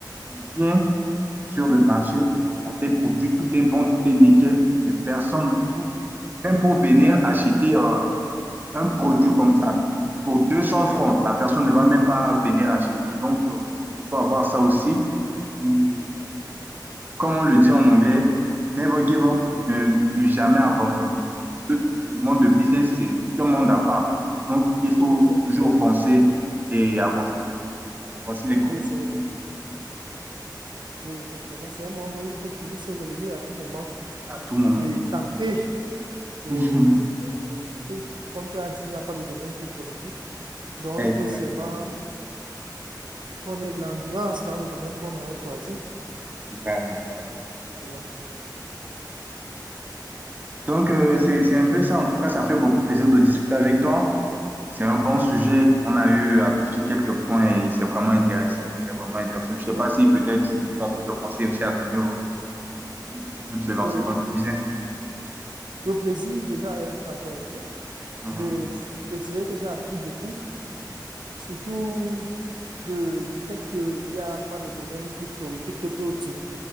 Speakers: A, on the right; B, on the right.
A: tu viens sur le marché. Il y a des produits, tout est bon, tout est nickel, mais personne, même pour venir acheter euh, un produit comme ça, pour 200 francs, la personne ne va même pas venir acheter. Donc, euh, il faut avoir ça aussi. Et comme on le dit en anglais, never give up, ne, ne jamais abandonner. Parce que le monde de business, c'est tout un monde à part. Donc, il faut
B: Effectivement,
A: toujours
B: c'est,
A: foncer et avancer. Quoi. Voici les conseils
B: oui, c'est,
A: que vous nous donner
B: oui, effectivement, c'est un monde où il faut toujours se relever à tout moment
A: à tout moment.
B: et tenter de,
A: <laughs>
B: de, nouvelles opportunités. Comme tu as dit, il n'y a pas le domaine qui est politique. Donc,
A: Exactement.
B: il faut seulement qu'on ait de l'endurance dans le domaine qu'on aurait choisi.
A: Vraiment, vraiment.
B: Voilà.
A: Donc, euh, c'est, c'est un peu ça. En tout cas, ça fait beaucoup plaisir de discuter avec toi. C'est un bon sujet. On a eu à toucher quelques points et c'est vraiment intéressant. C'est vraiment intéressant. Je ne sais
B: Ouais.
A: pas si peut-être tu, tu as d'autres conseils aussi à donner aux gens qui veulent se lancer
B: Le,
A: dans le business.
B: le plaisir déjà est partagé.
A: Mhm.
B: Je, je dirais que j'ai appris beaucoup, surtout de- du fait qu'il n'y a pas de domaine plus prolifique que d'autres.